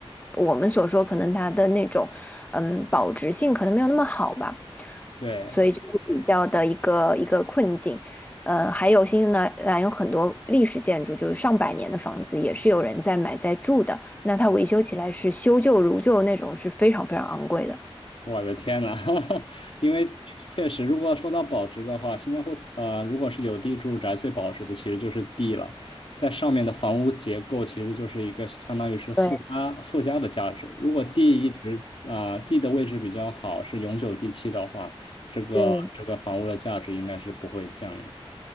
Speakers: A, on the left (about 15°); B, on the left (about 70°).
A: 我们所说，可能它的那种嗯保值性可能没有那么好吧，
B: 对，
A: 所以就是比较的一个一个困境。呃，还有新西兰兰有很多历史建筑，就是上百年的房子，也是有人在买在住的。那它维修起来是修旧如旧那种，是非常非常昂贵的。
B: 我的天呐，<laughs> 因为确确实，如果说到保值的话，新加坡呃，如果是有地住宅，最保值的其实就是地了，在上面的房屋结构其实就是一个相当于是附加附加的价值。
A: 对，
B: 如果地一直啊、地的位置比较好，是永久地契的话，这个这个房屋的价值应该是不会降的。
A: 是。